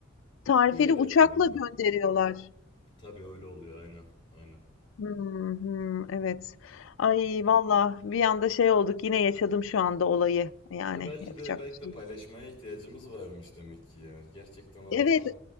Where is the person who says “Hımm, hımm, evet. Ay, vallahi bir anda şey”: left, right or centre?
Left